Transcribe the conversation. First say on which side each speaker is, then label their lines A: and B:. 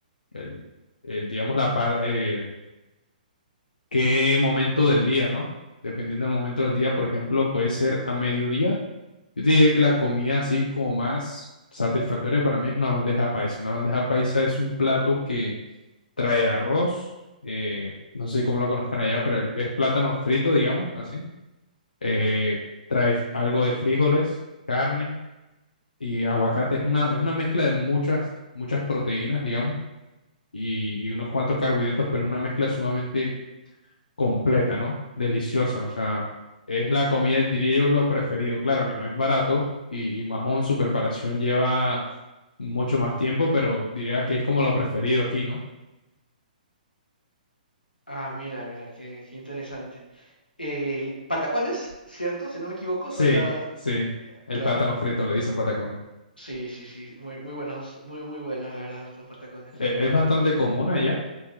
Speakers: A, on the left (about 70°); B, on the left (about 85°).
A: el, el, digamos, la par- eh, qué momento del día, ¿no? Dependiendo del momento del día, por ejemplo, puede ser a mediodía. Yo te diría que la comida así como más satisfactoria para mí es una bandeja paisa. Una bandeja paisa es un plato que trae arroz, eh, no sé cómo lo conozcan allá, pero el- es plátano frito, digamos, así. Eh, trae algo de frijoles, carne y aguacate. Es una, es una mezcla de muchas, muchas proteínas, digamos, y, y unos cuantos carbohidratos, pero es una mezcla sumamente completa, ¿no? Deliciosa, o sea, es la comida, diría yo, lo preferido. Claro que no es barato y, y más aún su preparación lleva mucho más tiempo, pero diría que es como lo preferido aquí, ¿no?
B: Ah, mira, mira, qué, qué interesante. Eh, patacones, ¿cierto? Si no me equivoco,
A: Sí,
B: son las...
A: sí. El
B: Claro.
A: plátano frito le dicen patacones.
B: Sí, sí, sí. Muy, muy buenos, muy, muy buenos, la verdad, los patacones.
A: E- es bastante común allá.